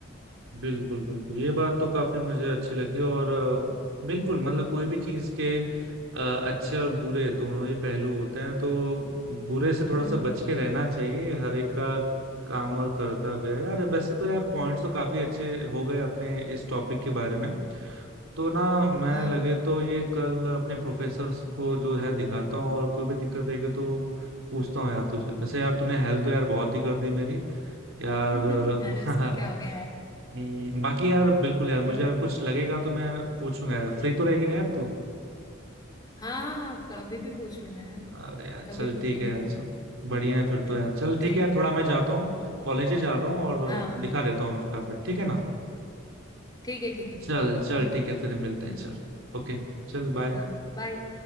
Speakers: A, on the right; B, on the left.
A: बिल्कुल बिल्कुल ये बात तो काफी मुझे अच्छी लगी और अ, बिल्कुल मतलब कोई भी चीज के अ, अच्छे और बुरे दोनों ही पहलू होते हैं तो बुरे से थोड़ा
B: हम्म
A: सा बच के रहना चाहिए ये हर एक का काम और कर्तव्य है यार वैसे तो यार पॉइंट्स तो काफी अच्छे हो गए अपने इस टॉपिक के बारे में तो ना मैं
B: हाँ
A: लगे तो ये कल अपने प्रोफेसर्स को जो है दिखाता हूँ और कोई भी दिक्कत रहेगी तो पूछता हूँ यार तुझे वैसे यार तूने हेल्प तो यार बहुत ही कर दी मेरी यार
B: <laughs> अरे इसमें क्या
A: <laughs>
B: हो गया यार
A: हम्म, बाकी यार बिल्कुल यार मुझे
B: कोई ना
A: यार कुछ लगेगा तो मैं पूछूंगा यार फ्री तो रहेगी ना यार तू
B: हाँ हाँ हाँ कभी भी पूछ लेना यार
A: अरे यार
B: कभी
A: चल
B: भी
A: ठीक
B: एनी
A: है यार
B: टाइम
A: चल बढ़िया है फिर तो
B: <laughs>
A: यार चल ठीक
B: ठीक
A: है यार
B: है
A: थोड़ा मैं जाता हूँ कॉलेज ही जा रहा हूँ और
B: हाँ हाँ
A: दिखा देता हूँ मैं फटाफट ठीक है ना
B: ठीक है ठीक है
A: चल
B: ठीक है
A: चल
B: ओके
A: ठीक है फिर मिलते हैं चल ओके चल बाय
B: हाँ बाय